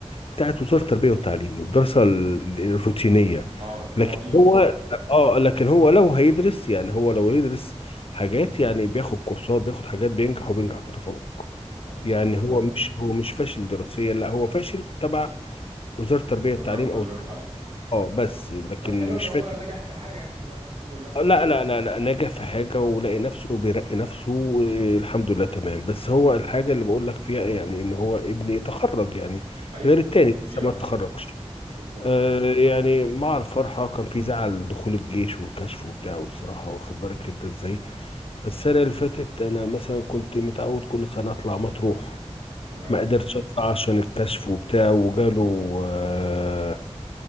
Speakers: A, on the left; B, on the right.
A: بتاعت وزارة التربية والتعليم الدراسة ال- ال- الروتينية
B: اه القوانين
A: لكن هو
B: وكده
A: اه لكن هو لو هيدرس يعني هو لو يدرس حاجات يعني بياخد كورسات بياخد حاجات بينجح وبينجح بتفوق
B: طب الحمد
A: يعني
B: لله
A: هو مش هو مش فاشل دراسيا لا هو فاشل تبع وزارة التربية والتعليم
B: وزارة التربية
A: او
B: والتعليم
A: اه بس لكن
B: طب حلو
A: مش
B: لو
A: فاشل
B: هو نجح في حاجة يعني ده الحمد لله
A: لا لا لا لا نجح في حاجة ولقي نفسه بيرقي نفسه آه، الحمد لله تمام بس هو الحاجة اللي بقول لك فيها يعني ان هو ابني تخرج يعني
B: ايوه
A: غير التاني
B: كبيرة
A: لسه ما
B: طبعا
A: تخرجش
B: بالظبط
A: آه، يعني مع الفرحة كان في زعل دخول الجيش والكشف وبتاعه بصراحة واخد بالك انت ازاي
B: مم.
A: فالسنة اللي فاتت انا مثلا كنت متعود كل سنة اطلع مطروح
B: تمام
A: ما قدرتش اطلع عشان الكشف وبتاع وجاله آه،